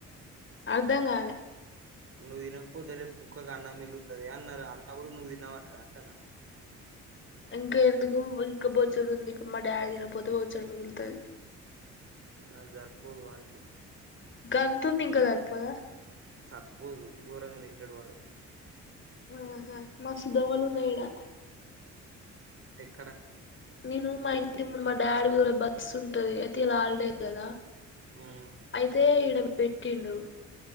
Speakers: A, on the left (about 40°); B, on the right (about 45°).
A: అర్ధం కాలే
B: నువ్వు తినకపోతే రేపు కుక్కకి అన్నం మిల్లుగుతుంది అన్నారు అన్న కూడా నువ్వు తిన్నావట అంటా
A: ఇంకా ఎందుకు ఇంకా బొచ్చడు ఉంది ఇప్పుడు మా డాడీ తిన పోతే బోచ్చడు మిగులుతది
B: అది జర్పోదు వానికి
A: గంతుంది ఇంకా సరిపోదా
B: సర్పోదు ఘోరంగా తింటాడు వాడు
A: ఆహా మస్త్ దోమలు ఉన్నాయి ఇడా
B: ఎక్కడ
A: నేను మా ఇంటి ముందు మా డాడీ బస్సు ఉంటది అయితే ఇయాలా హల్డే కదా
B: ఉమ్
A: అయితే ఇడ పెట్టిండు